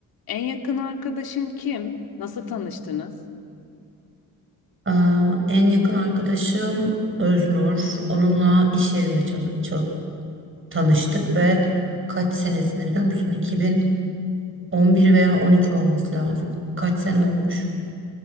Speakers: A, on the left; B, on the right.
A: En yakın arkadaşın kim? Nasıl tanıştınız?
B: Aa, en yakın arkadaşım Öznur. Onunla iş yerinde çalı- çal- tanıştık ve kaç senesinde biliyor musun? 2011 veya 12 olması lazım. Kaç sene
A: Ya,
B: olmuş?